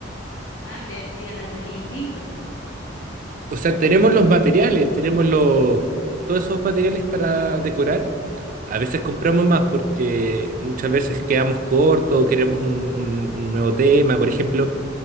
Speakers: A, on the left; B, on the right.
A: Ah, pero eso ya la tenéis listo entonces.
B: O sea, tenemos los materiales, tenemos los, todos esos materiales para decorar. A veces compramos más porque muchas veces quedamos cortos o queremos un, un- un nuevo tema. Por ejemplo,